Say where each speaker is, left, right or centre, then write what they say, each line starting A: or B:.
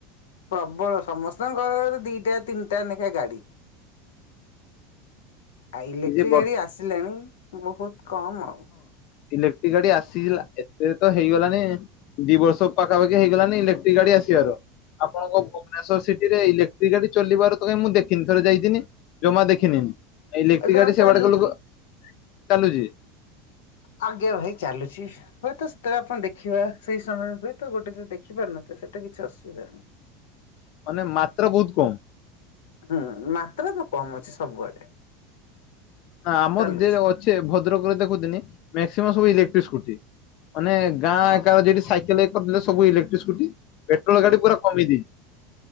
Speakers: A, on the left; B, on the left.
A: ପ୍ରବଳ ସମସ୍ତଙ୍କ ଘର ଘରେ ଦିଟା ତିନିଟା ଲେଖା ଗାଡି। ଆଉ ଇଲେକ୍ଟ୍ରି
B: ଏଇ ଯେ ବର୍ଷ
A: ଗାଡି ଆସିଲାଣି ବହୁତ୍ କମ୍ ଆଉ।
B: ଇଲେକ୍ଟ୍ରି ଗାଡି ଆସି ଏତେ ତ ହେଇଗଲାଣି। ଦି ବର୍ଷ ପାଖାପାଖି ହେଇଗଲାନି ଇଲେକ୍ଟ୍ରି ଗାଡି ଆସିବାର ଆପଣଙ୍କ ଭୁବନେଶ୍ୱର ସିଟି ରେ ଇଲେକ୍ଟ୍ରି ଗାଡି ଚଲିବ ତ କାଇଁ ମୁଁ ଦେଖିନି ଥରେ ଯାଇଥିଲିନି ଜମା ଦେଖିନି।
A: ଏଇଟା
B: ଇ ଗାଡି ସେ
A: ଚାଲୁଛି।
B: ବାଟେ ଗଲେ କଣ ଚାଲୁଛି <unintelligible>
A: ଆଜ୍ଞା ଭାଇ ଚାଲୁଛି। ହୁଏତ ସେତଟା ଆପଣ ଦେଖିବା ସେଇ ସମୟରେ ହୁଏତ ଗୋଟେ ଯ ଦେଖିପାରୁ ନଥିଲେ ସେଇଟା କିଛି ଅସୁବିଧା ନାହିଁ।
B: ମାନେ ମାତ୍ର ବହୁତ୍ କମ୍।
A: ହୁଁ, ମାତ୍ରା ତ କମ ଅଛି ସବୁଆଡେ।
B: ନା ଆମର
A: ଚାଲୁଛି
B: ଯେ ଅଛେ ଭଦ୍ରକରେ ଦେଖୁଥିଲି ମ୍ୟାକ୍ସିମମ୍ ସବୁ ଇଲେକ୍ଟ୍ରିକ ସ୍କୁଟି ମାନେ ଗାଁ
A: ହଁ।
B: ଏକ ଯଉଠି ସାଇକେଲ କରିଥିଲେ ସବୁ ଇକ୍ଟ୍ରଟି ସ୍କୁଟି ପେଟ୍ରୋଲ ଗାଡି ପୁରା କମେଇ ଦେଇଛି।